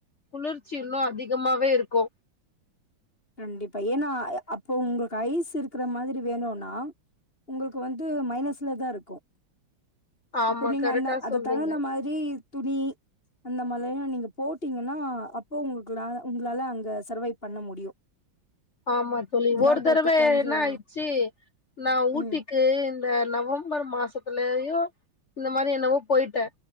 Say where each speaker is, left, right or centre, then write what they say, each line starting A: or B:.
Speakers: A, on the left; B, on the left.
A: குளிர்ச்சி இன்னு அதிகமாவே இருக்கு
B: கண்டிப்பா ஏன்னா அ அப்போ உங்களுக்கு ஐஸ் இருக்குற மாரி வேணுனா உங்கக்கு வந்து மைனஸ்ல தா இருக்கு
A: ஆமா
B: அப்ப நீங்க
A: கரெக்டா
B: அந்த அத
A: சொன்னீங்க
B: தகுந்த மா ரி துணி அந்த மாலய்யா நீங்க போட்டீங்கன்னா அப்போ உங்களா உங்களால அங்க சர்வைவ் பண்ண முடியு <inaudible>
A: ஆமா தோழி
B: இதெல்லா
A: ஒரு
B: போட்டு
A: தடவ
B: கொஞ்சோ
A: என்ன ஆய்ச்சு நா ஊட்டிக்கு
B: ம்
A: இந்த நவம்பர் மாசத்துலையோ இந்த மாரி என்னவோ போயிட்டே